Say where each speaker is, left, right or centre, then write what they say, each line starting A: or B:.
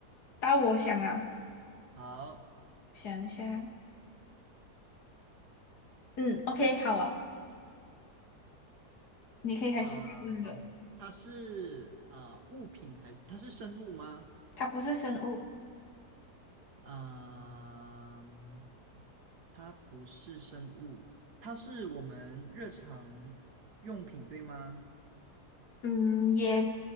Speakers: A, on the left; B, on the right.
A: 到我想了，
B: 好，
A: 想一下，嗯，OK，好啊，你可以开始发问了。
B: 呃，它是啊呃物品还是它是生物吗？
A: 它不是生物，
B: 嗯、它不是生物，它是我们日常用品，对吗？
A: 嗯，也